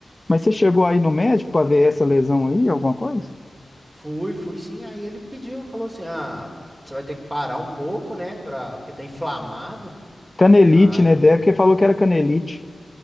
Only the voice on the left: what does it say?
Mas você chegou aí no médico para ver essa lesão aí, alguma coisa?
Canelite,
né? Deve que falou que era canelite.